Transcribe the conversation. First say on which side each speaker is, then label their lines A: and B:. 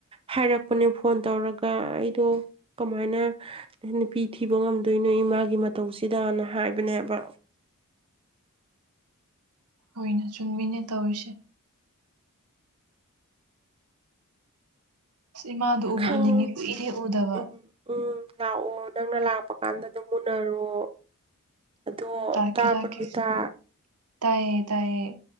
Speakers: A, on the right; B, on the right.
A: ꯍꯥꯏꯔꯛꯄꯅꯦ ꯐꯣꯟ ꯇꯧꯔꯒ ꯑꯩꯗꯣ ꯀꯃꯥꯏꯅ ꯅꯨꯄꯤ ꯊꯤꯕ ꯉꯝꯗꯣꯏꯅꯣ ꯏꯃꯥꯒꯤ ꯃꯇꯧꯁ ꯁꯤꯗꯥꯅ ꯍꯥꯏꯕꯅꯦꯕ
B: ꯍꯣꯏꯅ ꯆꯟꯃꯤꯅꯦ ꯇꯧꯔꯤꯁꯦ ꯑꯁ ꯏꯃꯥꯗꯣ ꯎꯕꯨ
A: ꯈꯪ
B: ꯎꯅꯤꯡꯉꯤ ꯀꯨꯏꯔꯦ ꯎꯗꯕ
A: ꯎꯝ ꯎꯝ ꯂꯥꯛꯑꯣ ꯅꯪꯅ ꯂꯥꯛꯄ ꯀꯥꯟꯗꯝ ꯃꯨꯟꯅꯔꯣ ꯑꯗꯣ
B: ꯂꯥꯛꯀꯦ
A: ꯇꯥꯕ꯭ꯔꯣ
B: ꯂꯥꯛꯀꯦ
A: ꯏꯇꯥ
B: ꯇꯥꯏꯌꯦ ꯇꯥꯏꯌꯦ